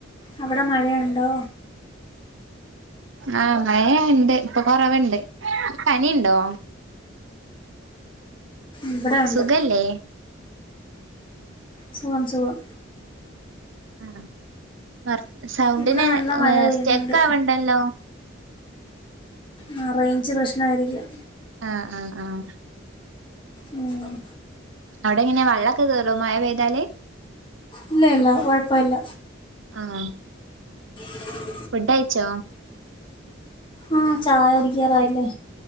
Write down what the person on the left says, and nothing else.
അവിടെ മഴയൊണ്ടോ?
ഇവിടെ ഉണ്ട്
സുഖം സുഖം
ഇവിടെ നല്ല മഴ
പെയ്യുന്നുണ്ട്
ആഹ് റേയ്ഞ്ച് പ്രശ്നായിരിക്കും.
ഉം.
ഇല്ല യില്ല കൊഴപ്പോല്ല.
ആ.
ആഹ് ചായുടിക്കറായില്ലേ?